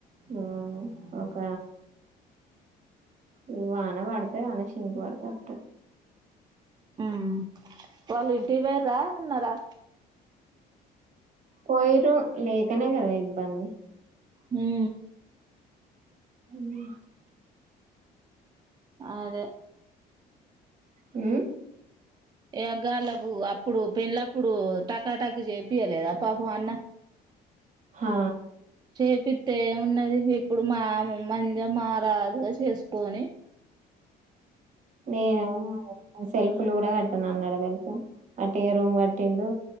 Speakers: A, on the right; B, on the right.
A: ఆ ఒక ఇ వాన వడితే అన శినుకు వడతట్టు
B: మ్ వాళ్ళు ఇంటికి పోయిర్రా ఉన్నారా
A: పోయిరు లేకనే గదా ఇబ్బంది
B: హూ
A: మ్
B: ఆదే
A: ఊ
B: ఏ అగ్గాళ్ళకు అప్పుడు పెండ్లప్పుడు టకా టకు చేపియలేదా పాపం అన్న
A: హా
B: చేపితే ఉన్నది ఇప్పుడు మా మజ మా రాదుగా చేసుకోని
A: నేను ఉ సెల్ఫ్ ఫ కూడా <inaudible> నన్న నడద అట్ రూమ్ గట్టి ఓ